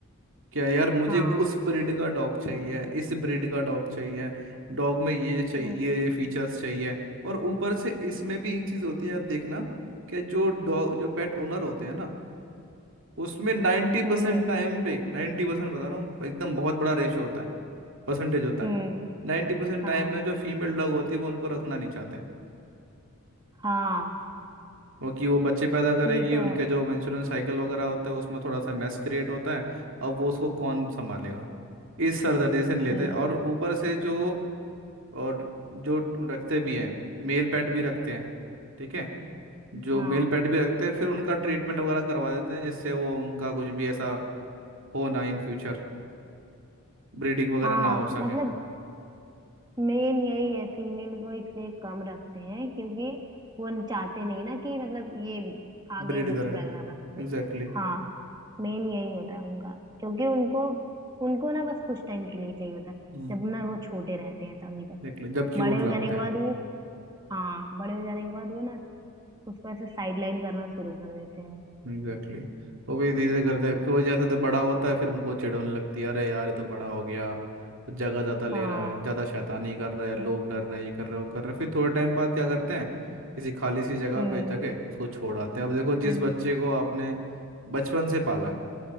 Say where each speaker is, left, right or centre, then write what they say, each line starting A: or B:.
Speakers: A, on the right; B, on the right.
A: क्या यार मुझे
B: हाँ
A: वो उस ब्रीड का डॉग चाहिए इस ब्रीड का डॉग चाहिए डॉग में ये चाहिए
B: हम्म
A: ये फीचर्स चाहिए और ऊपर से इसमें भी एक चीज़ होती है आप देखना कि जो डॉग जो पेट ओनर होते हैं ना उसमें नाइन्टी
B: हम्म
A: परसेंट टाइम पे नाइन्टी परसेंट बता रहा हूँ एकदम बहुत बड़ा रेशो होता है परसेंटेज होता
B: हम्म
A: है नाइन्टी परसेंट
B: हाँ
A: टाइम में जो फीमेल डॉग होती है वो उनको रखना नहीं चाहते हैं
B: हाँ
A: वो कि वो बच्चे पैदा करेगी
B: ये तो
A: उनके
B: है
A: जो मेंस्ट्रुअल साइकिल वगैरह होता है उसमें थोड़ा सा मेस क्रिएट होता है और वो उसको कौन संभालेगा इस सरदर्दी से नहीं लेते
B: कि
A: और ऊपर से जो और जो रखते भी हैं मेल पेट भी रखते हैं ठीक है जो
B: हाँ
A: मेल पेट भी रखते हैं फिर उनका ट्रीटमेंट वगैरह करवा देते हैं जिससे वो उनका कुछ भी ऐसा हो ना इन फ्यूचर ब्रीडिंग वगैरह
B: हाँ
A: ना हो सके
B: मतलब मेन यही है फीमेल को इसलिए कम रखते हैं क्योंकि वो चाहते नहीं ना कि मतलब ये आगे
A: ब्रीड
B: बच्चे
A: करें
B: पैदा ना कर सके
A: Exactly exactly.
B: हाँ मेन यही होता है उनका क्योंकि उनको उनको ना बस कुछ टाइम के लिए चाहिए होता है
A: हम्म
B: जब ना वो छोटे रहते हैं तभी तक
A: एग्जैक्टली जब क्यूट
B: बड़े हो
A: लगते
B: जाने के
A: हैं
B: बाद वो हाँ बड़े हो जाने के बाद वो ना उसको ऐसे साइड लाइन करना शुरू कर देते हैं
A: Exactly exactly. तो वही धीरे धीरे करते फिर वो जैसे जब बड़ा होता है फिर उनको चिढ़ होने लगती है अरे यार ये तो बड़ा हो गया जगह ज़्यादा ले
B: हाँ
A: रहा है ज़्यादा शैतानी कर रहा है लोग
B: हम्म
A: डर रहे हैं ये कर रहे हैं वो कर रहे हैं फिर थोड़े टाइम बाद क्या करते हैं किसी खाली सी जगह
B: हम्म
A: पे जाके उसको छोड़ आते हैं अब देखो जिस
B: हम्म,
A: बच्चे को आपने बचपन से पाला है